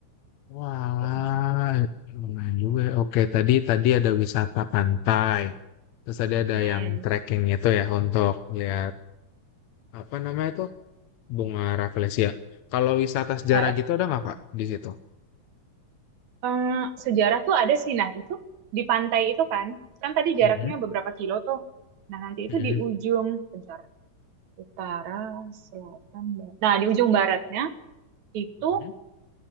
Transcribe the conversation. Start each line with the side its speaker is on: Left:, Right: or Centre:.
Left: Wah,
Right: kayak gitu.
Left: lumayan juga. ya. Oke, tadi tadi ada wisata pantai. Terus tadi
Right: Mm-mm.
Left: ada yang trekking itu ya untuk lihat apa namanya tuh bunga rafflesia. Kalau wisata sejarah
Right: Eh, eh,
Left: gitu ada
Right: gitu.
Left: nggak Kak di situ?
Right: Eh, sejarah tuh ada sih. Nah, itu di pantai itu kan, kan tadi
Left: Mhm,
Right: jaraknya beberapa kilo tuh. Nah, nanti
Left: mhm,
Right: itu di ujung, bentar, utara, selatan, barat. Nah, di ujung baratnya itu
Left: mhm,